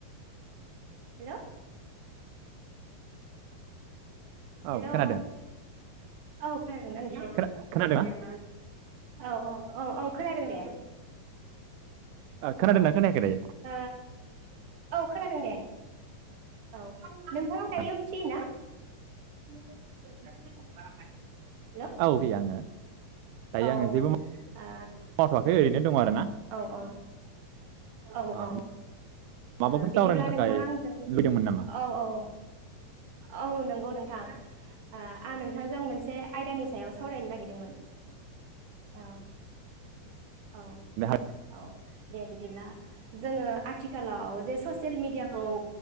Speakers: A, on the right (about 60°); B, on the right (about 85°).
A: हेलौ
B: औ
A: हेलौ
B: खोनादों
A: औ खोनादों ना नोंथां
B: खोना खोनादों
A: औ औ औ औ खोनादों दे
B: ओ, खोनादोंना
A: औ
B: खोनायाखै दायो
A: ओ औ खोनादों दे औ नोंथाङा दायो
B: औ
A: फ्रि ना? <unintelligible> हेलौ
B: औ फै आङो दायो
A: औ
B: आङो जेबो
A: आ
B: मावथ'वाखै ओरैनो दङ आरो ना
A: औ औ औ
B: ओ,
A: औ आ
B: माबाफोर
A: बिदिब्ला
B: सावरायनो थाखाय
A: नों नोंथाङा आंजों
B: लुबैदोंमोन नामा
A: औ औ औ औ नंगौ नोंथां। आ आं नोंथांजों मोनसे आयदानि सायाव सावरायनो नागिरदोंमोन। औ औ
B: दे हा-
A: औ दे बिदिब्ला जोङो आथिखालाव जे ससियेल मिडियाखौ